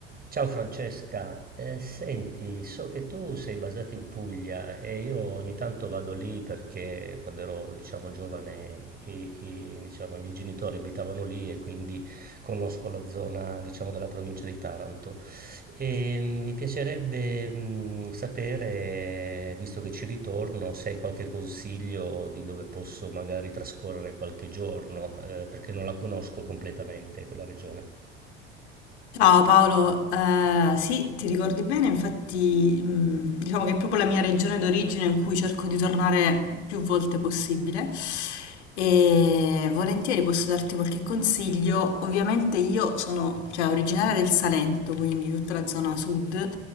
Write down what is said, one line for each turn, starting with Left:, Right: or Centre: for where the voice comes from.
Right: Ciao Francesca, eh, senti, so che tu sei basata in Puglia e io ogni tanto vado lì perché quando ero, diciamo, giovane i, i- diciamo, i miei genitori abitavano lì e quindi conosco la zona, diciamo, della provincia di Taranto. E mm, mi piacerebbe mh, sapere, visto che ci ritorno, se hai qualche consiglio di dove posso magari trascorrere qualche giorno, eh, perché non la conosco completamente quella regione.
Left: Ciao Paolo, Eh, sì, ti ricordi bene, infatti mh, diciamo che è proprio la mia regione d'origine in cui cerco di tornare più volte possibile e volentieri posso darti qualche consiglio. Ovviamente io sono, cioè, originaria del Salento, quindi tutta la zona sud,